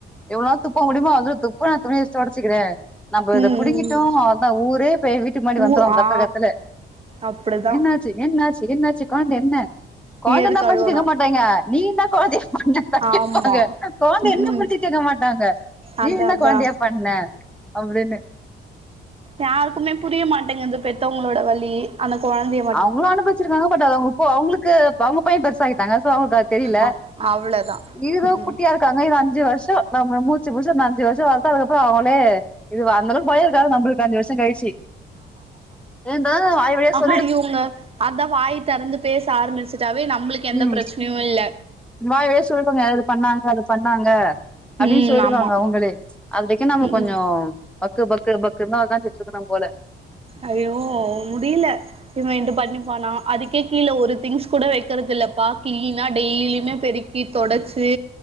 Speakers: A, in the centre; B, on the right.
A: எவ்ளோ துப்ப முடியுமோ அத து ப்ப நா துணி தொடச்சிக்கிறே நம்ம
B: ம்
A: இதை புடிங்கிட்டோ அதா ஊரே பேய் வீட்டுக்கு முன்னாடி வந்துரு
B: ஊ
A: கத்துரகத்துல
B: ஆ அப்டிதா
A: என்னாச்சு என்னாச்சி என்னாசிகான்டு என்ன கொழந்தே
B: நீ எதுக்கு
A: என்னா படிச்சு
B: அழுவுறா
A: கேக்க மாட்டாங்க நீ என்ன குழந்தைய பண்ண தக்கிப்பாங்க
B: ஆமா
A: குழந்தை
B: ம்
A: என்ன
B: ம்
A: படிச்சு கேக்க மாட்டாங்க
B: அதா
A: நீ என்ன
B: அதா
A: குழந்தையா பண்ண அப்டின்னு
B: யாருக்குமே புரிய மாட்டேங்கது பெத்தவங்களோட வலி அந்த கொழந்தேய
A: அவுங்களு அனுபச்சிருக்காங்க பட் அது அவங்க இப்ப அவுங்குளுக்கு அவுங்க பைய பெர்சாயிட்டாங்க சோ அவுங்களுக்கு அது தெரியல
B: ஆ அவ்ளதா
A: இரு
B: ம் ம்
A: குட்டியா இருக்குறாங்க இவ அஞ்சு வருஷோ நம்ம மூச்சு புடுச்சு இன்னு அஞ்சு வருஷோ வளத்தா அதுக்கப்றோ அவுங்களே இதுவா அந்தளவுக்கு பய இருக்காது நம்முளுக்கு அஞ்சு வருஷோ கழிச்சு ஏ இந்த வாய வழியாஸ்
B: ஹ இவங்க அதா வாய் திறந்து பேச ஆரம்பிச்சுடாவே நம்மளுக்கு எந்த
A: ம்
B: பிரச்சனையு இல்ல
A: வாய் வழியா சொல்லுவாங்க அது பண்ணாங்க அப்டின்னு
B: ம்
A: சொல்லுவாங்க
B: ஆமா
A: அவுங்களே அது வரேக்கு நம்ம
B: ம்
A: கொஞ்சோ
B: ம்
A: பக்கு பக்கு பக்கு தா உக்காந்து இருந்துருக்குனு போல
B: ஐயோ முடியல இவன் இந்து பண்ணிப்பானா அதுக்கே கீழே ஒரு திங்ஸ் கூட வெக்கறதில்ல பாக் கிழீனா டெய்லியுமே பெருக்கி தொடேச்சு